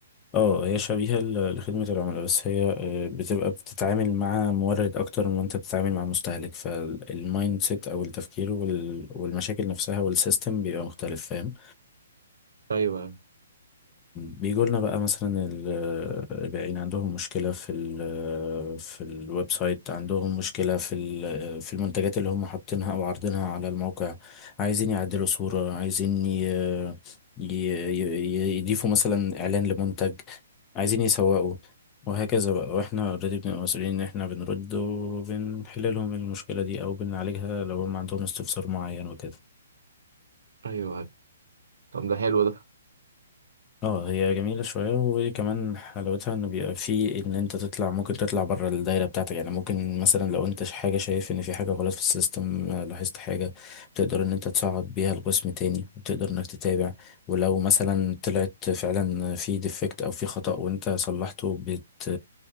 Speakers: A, on the left (about 20°); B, on the right (about 65°).
A: اه هي شبيهة ل- لخدمة العملاء بس هي آه، بتبقى بتتعامل مع مورد اكتر من ما انت بتتعامل مع مستهلك فالمايند سيت او التفكير وال- والمشاكل نفسها والسيستم بيبقى مختلف فاهم
B: ايوه
A: بيجوا لنا بقى مثلا ال- البائعين عندهم مشكلة في ال آه، في الويب سايت عندهم مشكلة في ال- آه، في المنتجات اللي هم حاطينها أو عارضينها على الموقع عايزين يعدلوا صورة عايزين ي- ي- ي- يضيفوا مثلا إعلان لمنتج عايزين يسوقوا وهكذا بقى واحنا اوريدي بنبقى مسؤولين ان احنا بنرد وبنحل لهم المشكلة دي او بنعالجها لو هم عندهم استفسار معين وكده
B: ايوه طب ده حلو ده
A: اه هي جميلة شوية وكمان حلاوتها انه بيبقى في ان انت تطلع ممكن تطلع بره الدايرة بتاعتك يعني ممكن مثلا لو انت ش- حاجة شايف ان في حاجة غلط في السيستم آه، لاحظت حاجة بتقدر ان انت تصعد بيها القسم تاني وتقدر انك تتابع ولو مثلا طلعت فعلا في ديفكت او في خطأ وانت صلحته بت